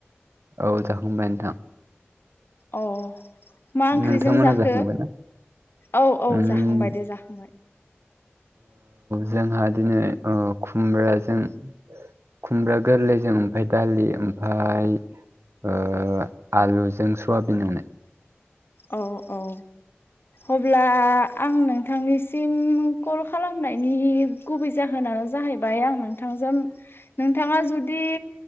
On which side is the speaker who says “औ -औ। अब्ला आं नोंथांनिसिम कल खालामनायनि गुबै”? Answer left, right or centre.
Left